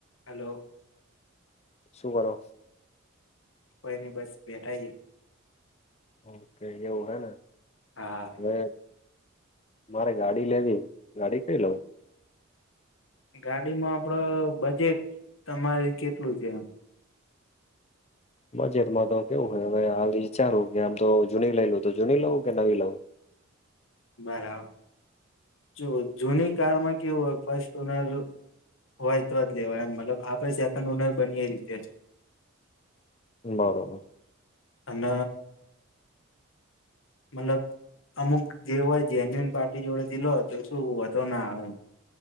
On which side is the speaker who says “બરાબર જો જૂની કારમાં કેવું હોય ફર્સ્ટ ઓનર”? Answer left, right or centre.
Left